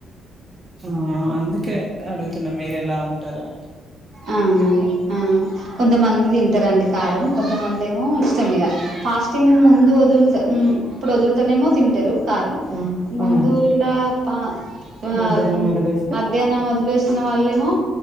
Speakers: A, on the right; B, on the right.
A: ఆ అందుకే అడుగుతున్న మీరు ఎలా ఉంటారు అ
B: అవునండి ఆ కొంతమంది తింటారండి కారం కొంతమంది ఏమో ఇష్టం ఇగా ఫాస్టింగ్ ముందు వదులుత ఇప్పుడు వదులతోనేమో తింటరు కారం
A: ఆ
B: ముందు
A: ఆ,
B: ఇలా పా ఆ
A: మధ్యాహ్నం వదిలేస్తే
B: మధ్యాహ్నం వదిలేసిన వాళ్ళేమో